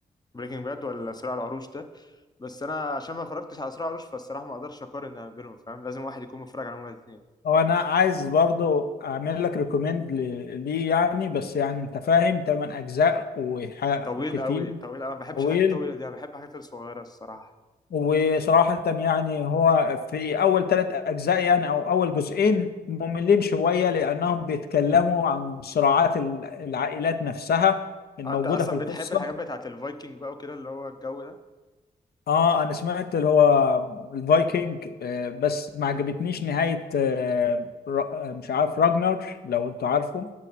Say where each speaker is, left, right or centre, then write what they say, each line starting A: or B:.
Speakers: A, on the left; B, on the left.
A: البريكنج باد ولا صراع العروش ده بس انا عشان ما اتفرجتش على صراع العروش فالصراحه ما اقدرش اقارن يعني بينهم فاهم لازم واحد يكون متفرج عليهم الاثنين
B: وانا عايز برضو اعمل لك ريكومند ل- ليه يعني بس يعني انت فاهم تمن اجزاء وح-
A: طويل
B: وكتير
A: قوي طويل قوي ما بحبش
B: طويل
A: الحاجات الطويله دي انا بحب الحاجات الصغيره الصراحه
B: وصراحة يعني هو في أول ثلاث أجزاء يعني أو أول جزئين مملين شوية لأنهم بيتكلموا عن صراعات ال- العائلات نفسها الموجودة
A: آه، انت اصلا
B: في القصة
A: بتحب الحاجات بتاعت الفايكنج بقى وكده اللي هو الجو ده
B: اه انا سمعت اللي هو الفايكنج آه، بس ما عجبتنيش نهاية آه، را- آه، مش عارف راجنر لو انتوا عارفه